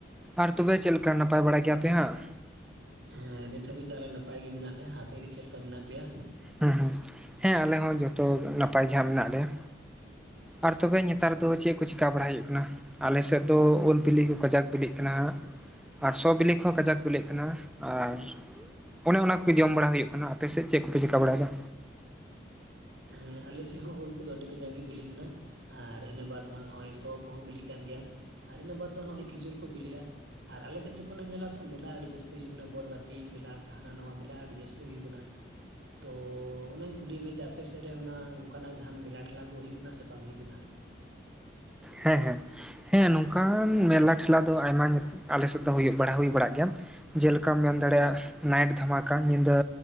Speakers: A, in the centre; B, on the right (about 85°).
A: ᱟᱨ ᱛᱚᱵᱮ ᱪᱮᱫ ᱞᱮᱠᱟ ᱱᱟᱯᱟᱭ ᱵᱟᱲᱟᱭ ᱜᱮᱭᱟᱯᱮ ᱦᱟᱸᱜ?
B: ᱦᱮᱸ ᱱᱤᱛ ᱦᱟᱹᱵᱤᱡ ᱫᱚ ᱟᱞᱮ ᱱᱟᱯᱟᱭ ᱜᱮ ᱢᱮᱱᱟᱜ ᱞᱮᱭᱟ, ᱟᱯᱮ ᱜᱮ ᱪᱮᱫ ᱞᱮᱠᱟ ᱢᱮᱱᱟᱜ ᱯᱮᱭᱟ?
A: ᱦᱮᱸ ᱦᱮᱸ ᱦᱮᱸ ᱟᱞᱮ ᱦᱚᱸ ᱡᱚᱛᱚ ᱱᱟᱯᱟᱭ ᱜᱮᱦᱟᱸ ᱢᱮᱱᱟᱜ ᱞᱮᱭᱟ᱾ ᱟᱨ ᱛᱚᱵᱮ ᱱᱮᱛᱟᱨ ᱫᱚ ᱪᱮᱫ ᱠᱚ ᱪᱮᱠᱟ ᱵᱟᱲᱟ ᱦᱩᱭᱩᱜ ᱠᱟᱱᱟ? ᱟᱞᱮᱥᱮᱫ ᱫᱚ ᱩᱞ ᱵᱤᱞᱤ ᱠᱚ ᱠᱟᱡᱟᱠ ᱵᱤᱞᱤᱜ ᱠᱟᱱᱟ᱾ ᱟᱨ ᱥᱚ ᱵᱤᱞᱤ ᱠᱚᱦᱚᱸ ᱠᱟᱡᱟᱠ ᱵᱤᱞᱤᱜ ᱠᱟᱱᱟ᱾ ᱟᱨ ᱚᱱᱮ ᱚᱱᱟ ᱠᱚ ᱡᱚᱢ ᱵᱟᱲᱟ ᱦᱩᱭᱩᱜ ᱠᱟᱱᱟ ᱟᱯᱮ ᱥᱮᱫ ᱪᱮᱫ ᱠᱚᱯᱮ ᱪᱤᱠᱟᱹ ᱵᱟᱲᱟᱭᱮᱫᱟ?
B: ᱦᱮᱸ ᱟᱞᱮᱥᱮᱫ ᱦᱚᱸ ᱩᱞ ᱠᱚᱫᱚ ᱟᱹᱰᱤ ᱠᱟᱡᱟᱠ ᱜᱮ ᱵᱤᱞᱤᱜ ᱠᱟᱱᱟ᱾ ᱟᱨ ᱤᱱᱟᱹ ᱵᱟᱫᱽ ᱫᱚ ᱦᱟᱜ ᱱᱚᱜᱼᱚᱭ ᱥᱚ ᱠᱚᱦᱚᱸ ᱵᱤᱞᱤᱜ ᱠᱟᱱ ᱜᱮᱭᱟ᱾ ᱟᱨ ᱤᱱᱟᱹ ᱵᱟᱫᱽ ᱫᱚ ᱱᱚᱜᱼᱚᱭ ᱠᱷᱤᱡᱩᱨ ᱠᱚ ᱵᱤᱞᱤᱜᱼᱟ᱾ ᱟᱨ ᱟᱞᱮ ᱥᱮᱫ ᱡᱚᱠᱷᱚᱱᱮᱢ ᱧᱮᱞᱟ ᱛᱚ ᱢᱮᱞᱟ ᱟᱹᱰᱤ ᱡᱟᱹᱥᱛᱤ ᱦᱩᱭᱩᱜ ᱠᱟᱱᱟ, ᱵᱚᱞ ᱜᱟᱛᱮᱜ ᱢᱮᱞᱟ ᱥᱮ ᱦᱟᱱᱟ ᱱᱟᱣᱟ ᱢᱮᱞᱟ ᱟᱹᱰᱤ ᱡᱟᱹᱥᱛᱤ ᱦᱩᱭᱩᱜ ᱠᱟᱱᱟ᱾ ᱛᱚ ᱚᱱᱟᱧ ᱠᱩᱞᱤᱭᱮᱫ ᱢᱮ ᱡᱮ ᱟᱯᱮ ᱥᱮᱫ ᱨᱮ ᱚᱱᱟ ᱚᱱᱠᱟᱱᱟᱜ ᱡᱟᱦᱟᱱ ᱢᱮᱞᱟ ᱴᱷᱮᱞᱟ ᱠᱚ ᱦᱩᱭᱩᱜ ᱠᱟᱱᱟ ᱥᱮ ᱵᱟᱝ ᱦᱩᱭᱩᱜ ᱠᱟᱱᱟ?
A: ᱦᱮᱸ ᱦᱮᱸ ᱦᱮᱸ ᱱᱚᱝᱠᱟᱱ ᱢᱮᱞᱟ ᱴᱷᱮᱞᱟ ᱫᱚ ᱟᱭᱢᱟ ᱟᱞᱮ ᱥᱮᱫ ᱫᱚ ᱦᱩᱭᱩᱜ ᱵᱟᱲᱟ ᱦᱩᱭ ᱵᱟᱲᱟᱜ ᱜᱮᱭᱟ᱾ ᱡᱮᱞᱮᱠᱟᱢ ᱢᱮᱱ ᱫᱟᱲᱮᱭᱟᱜᱼᱟ ᱱᱟᱭᱤᱴ ᱫᱷᱟᱢᱟᱠᱟ ᱧᱤᱫᱟᱹ᱾